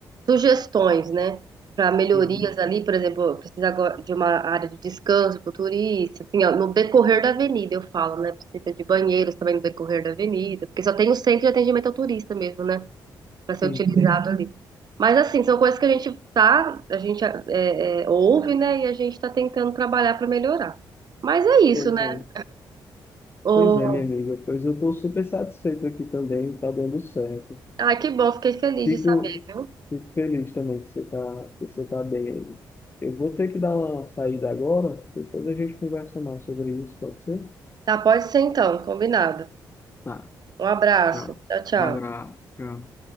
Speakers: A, on the right; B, on the left.
A: sugestões, né? Para melhorias
B: Uhum.
A: ali, por exemplo, precisa agora de uma área de descanso para o turista, assim, ó, no decorrer da avenida, eu falo, né? Precisa de banheiros também no decorrer da avenida, porque só tem o centro de atendimento ao turista mesmo, né? Para ser
B: Entendi.
A: utilizado Uhum. ali. Mas, assim, são coisas que a gente tá, a gente é, é, ouve, né? E a gente está tentando trabalhar para melhorar. Mas é isso,
B: Pois
A: né?
B: é,
A: O...
B: pois é, minha amiga. Pois eu estou super satisfeito aqui também, tá dando certo.
A: Ah, que bom, fiquei feliz
B: Fico,
A: de saber, viu?
B: fico feliz também que você tá, que você tá bem aí. Eu vou ter que dar uma saída agora, depois a gente conversa mais sobre isso, pode ser?
A: Tá, pode ser então, combinado.
B: Tá,
A: Um abraço.
B: tchau.
A: Tchau, tchau.
B: Um abraço, tchau.